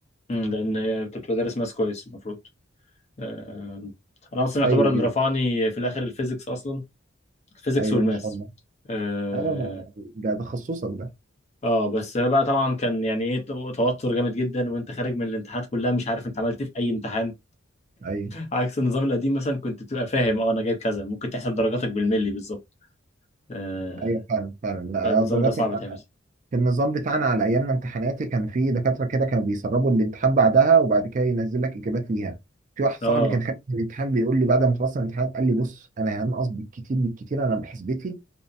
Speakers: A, on the left; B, on the right.
A: امم لان انت بتبقى دارس ماس كويس المفروض آه، انا اصلا يعتبر
B: ايوه
A: اللي
B: ايوه
A: رفعني في الاخر الفيزيكس اصلا الفيزيكس
B: ايوه
A: والماس
B: ما شاء الله
A: اه
B: ايوه ما ده ده تخصصك ده
A: آه، بس بقى طبعا كان يعني ايه توتر جامد جدا وانت خارج من الامتحانات كلها مش عارف انت عملت إيه في اي امتحان
B: ايوه
A: عكس النظام القديم مثلا كنت بتبقى فاهم اه انا جايب كذا ممكن تحسب درجاتك بالملي بالظبط آه،
B: ايوه فعلا فعلا لا
A: فالنظام
B: درجات
A: ده صعب تحفظ
B: في النظام بتاعنا على ايامنا امتحاناتي كان في دكاتره كده كانوا بيسربوا الامتحان بعدها وبعد كده ينزل لك اجابات ليها في واحد صاحبي
A: اه
B: كان خارج من الامتحان بيقول لي بعد ما خلصنا الامتحان قال لي بص انا هنقص بالكتير بالكتير انا بحسبتي